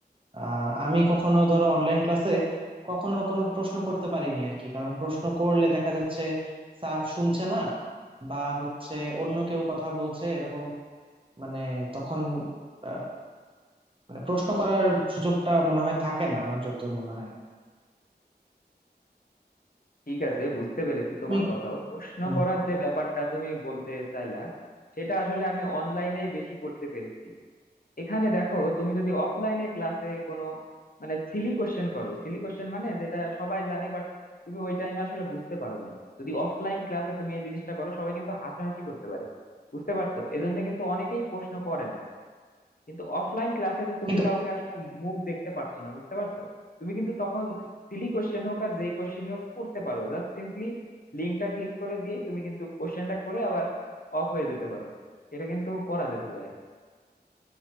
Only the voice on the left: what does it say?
ঠিক আছে বুঝতে পেরেছি
তোমার কথাও প্রশ্ন
করার যে ব্যাপারটা তুমি বলতে চাইলা সেটা আসলে আমি অনলাইনেই বেশি করতে পেরেছি এখানে দেখো তুমি যদি অফলাইনে ক্লাসে কোনো মানে সিলি কোশ্চেন করো সিলি কোশ্চেন মানে যেটা সবাই জানে বাট তুমি ওই টাইমে আসলে বুঝতে পারোনি যদি অফলাইন ক্লাসে তুমি এই জিনিসটা করো সবাই কিন্তু হাসাহাসি করতে পারে বুঝতে পারছো এজন্য কিন্তু অনেকেই প্রশ্ন করে না কিন্তু অফলাইন ক্লাসে তো তুমি
কাউকে আসলে মুখ দেখতে পারছো না বুঝতে পারছো তুমি কিন্তু তখন সিলি কোশ্চেন হোক আর যেই কোশ্চেন হোক করতে পারো জাস্ট সিম্পলি লিঙ্কটা ক্লিক করে দিয়ে তুমি কিন্তু কোশ্চেনটা করে আবার অফ হয়ে যেতে পারো এটা কিন্তু করা যেতে পারে